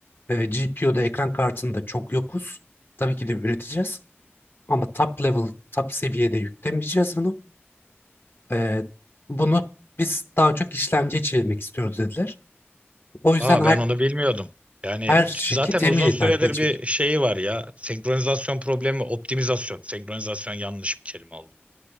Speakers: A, on the left; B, on the right.
A: e, GPU'da ekran kartında çok yokuz. Tabii ki de üreteceğiz. Ama top level, top seviyede yüklemeyeceğiz bunu. E, bunu biz daha çok işlemciye çevirmek istiyoruz dediler. O yüzden
B: Aa ben
A: her,
B: onu bilmiyordum. Yani
A: her şirket
B: zaten
A: Nvidia'yı
B: uzun süredir
A: takip edecek.
B: bir şeyi var ya. Senkronizasyon problemi, optimizasyon. Senkronizasyon yanlış bir kelime oldu.